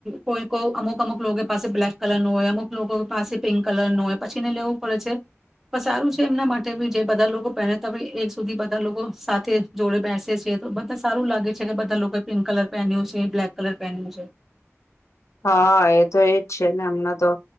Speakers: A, in the centre; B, on the left.
A: કોઈ કો અમુક અમુક લોકો પાસે બ્લેક કલર નો હોય અમુક લોકો પાસે પિંક કલર નો હોય પછી ને લેવું પડે છે પણ સારું છે એમના માટે બી જે બધા લોકો પહે તો એક સુધી બધા લોકો સાથે જોડે બેસે છે તો બધા સારું લાગે છે કે લોકો પિંક કલર પહેન્યું છે બ્લેક કલર પહેનર્યું છે
B: હા એ તો એજ છે ને એમના તો